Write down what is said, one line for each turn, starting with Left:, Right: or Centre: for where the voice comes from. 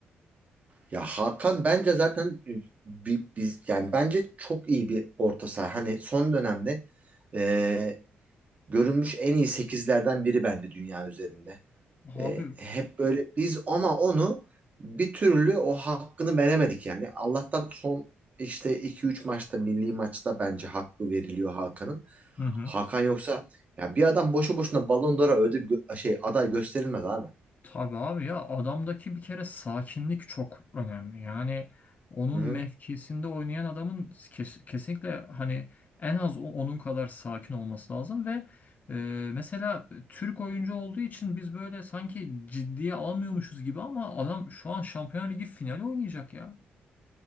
Right: Ya Hakan bence zaten e, bi- biz yani bence çok iyi bir orta saha. Hani son dönemde e, görülmüş en iyi sekizlerden biri bence dünya üzerinde.
Left: Abi
Right: E, hep böyle biz ama onu bir türlü o hakkını veremedik yani. Allah'tan son işte iki üç maçta milli maçta bence hakkı veriliyor Hakan'ın.
Left: hı hı.
Right: Hakan yoksa ya bir adam boşu boşuna Ballon d'Or'a ödül gö- şey aday gösterilmez abi.
Left: Tabii abi ya adamdaki bir kere sakinlik çok önemli. Yani onun
Right: Hı
Left: mevkisinde oynayan adamın kes- kesinlikle hani en az o- onun kadar sakin olması lazım ve e, mesela Türk oyuncu olduğu için biz böyle sanki ciddiye almıyormuşuz gibi ama adam şu an Şampiyonlar Ligi finali oynayacak ya.